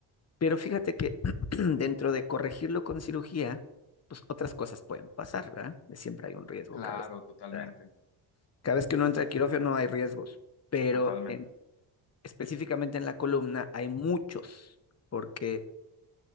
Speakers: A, on the left; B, on the left.
A: Pero fíjate que <clears throat> dentro de corregirlo con cirugía, pues otras cosas pueden pasar, ¿verdad? Siempre hay un riesgo
B: Claro,
A: cada vez.
B: totalmente,
A: ¿verdad? Cada vez que uno entra al quirófano hay riesgos, pero
B: totalmente.
A: en- específicamente en la columna hay muchos, porque